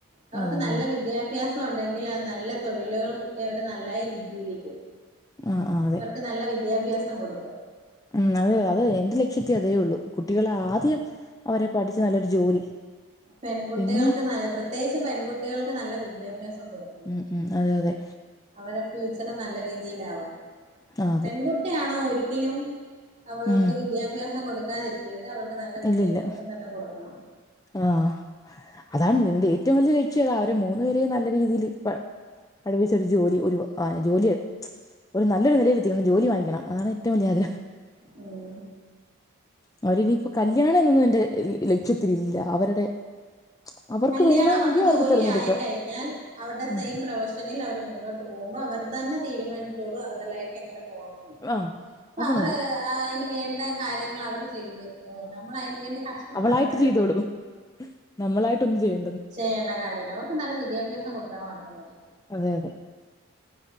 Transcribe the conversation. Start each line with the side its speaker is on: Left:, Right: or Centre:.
Right: അവർക്ക്
Left: ആഹ് അതെ
Right: നല്ല
Left: അതെ
Right: വിദ്യാ ഭ്യാസം ഉണ്ടെങ്കിൽ ആ നല്ല തൊഴിലുകൾ കിട്ടി അവര് നല്ലായി ജീവിക്കും
Left: ആഹ് ആഹ് അതെ
Right: അവർക്ക് നല്ല വിദ്യാഭ്യാസം കൊടു
Left: ഉം അത് അത് എന്റെ ലക്ഷ്യത്തി അതേ ഉള്ളു കുട്ടികള് ആദ്യം അവരെ പഠിച്ച് നല്ലൊരു ജോലി
Right: പെൺകുട്ടികൾക്ക്
Left: പിന്നെ
Right: നല്ല പ്രത്യേകിച്ചും പെൺകുട്ടികൾക്ക് നല്ല വിദ്യാഭ്യാസം കൊടുക്കണം
Left: ഉം ഉം അതെ അതെ
Right: അവരെ ഫ്യൂച്ചർ നല്ല രീതിലാവാൻ
Left: ആഹ് അതെ
Right: പെൺകുട്ടിയാണോ ഒരിക്കലും അവൾക്ക്
Left: ഉം
Right: വിദ്യാഭ്യാസം കൊടുക്കാതിരിക്കരുത് അവൾക്ക് നല്ല വിദ്യാഭ്യാസം
Left: ഇല്ലില്ല
Right: തന്നെ കൊടുക്കണം.
Left: ആഹ് അതാണ് ഇന്റെ ഏറ്റവും വലിയ ലക്ഷ്യതാ അവര് മൂന്നു പേരെയും നല്ല രീതിയിൽ പ പഠപ്പിച്ചൊരു ജോലി ഒരു ആഹ് ജോലിയ ഒരു നല്ലൊരു നിലയിലത്തിക്കണം ജോലി വാങ്ങിക്കണം അതാണ് ഏറ്റവും വലിയ ആഗ്രഹം
Right: ഉം
Left: അവരിനിയിപ്പോ കല്യാണം എന്നൊന്നും എന്റെ ലക്ഷ്യത്തിലില്ല അവരുടെ അവർക്ക്
Right: കല്യാണം
Left: വേണമെങ്കിൽ
Right: അവർക്ക് ജോലി
Left: തിരഞ്ഞെടുക്കാം
Right: ആയി കഴിഞ്ഞാൽ അവരുടെ
Left: ഉം
Right: സെയിം പ്രൊഫഷ ണിൽ അവര് മുന്നോട്ട് പോകുമ്പോ അവർ തന്നെ തീരുമാനിച്ചോളൂ അവരുടെ ലൈഫ് എങ്ങനെ പോണു. ന്ന്
Left: ആഹ്
Right: പ്പൊ
Left: അത്
Right: അവറ്
Left: മതി
Right: ആഹ് അയിന് വേണ്ട കാര്യങ്ങൾ അവര് ചെയ്ത്. ഓ നമ്മൾ അയിന് വേണ്ടി കഷ്ടപ്പെടേണ്ട
Left: അവളായിട്ട്
Right: കാര്യമില്ല
Left: ചെയ്തോളും. നമ്മളായിട്ട് ഒന്നും ചെയ്യ
Right: ചെയ്യേണ്ട കാര്യല്ല. അവർക്ക് നല്ല വിദ്യാഭ്യാസം കൊടുത്താൽ മാത്രം മതി.
Left: അതെ അതെ